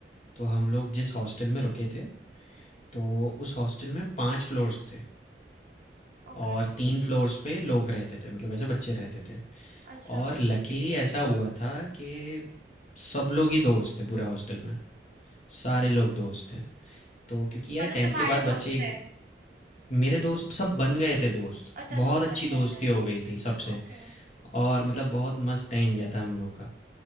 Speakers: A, on the left; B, on the right.
A: तो हम लोग जिस हॉस्टल में रुके थे तो उस हॉस्टल में पांच फ्लोर्स थे
B: ओके
A: और तीन फ्लोर्स पे लोग रहते थे मतलब ऐसे बच्चे रहते थे
B: अच्छा
A: और लकीली ऐसा हुआ था कि सब लोग ही दोस्त थे पूरे हॉस्टल में सारे लोग दोस्त थे तो क्योंकि
B: मतलब
A: यार टेंथ
B: तुम्हारे
A: के बाद
B: दोस्त
A: बच्चे एक
B: थे
A: मेरे दोस्त सब बन गए थे दोस्त
B: अच्छा
A: बहुत
B: दोस्त
A: अच्छी
B: बन गए
A: दोस्ती
B: थे
A: हो गई थी सबसे
B: ओके
A: और मतलब बहुत मस्त टाइम गया था हम लोगों का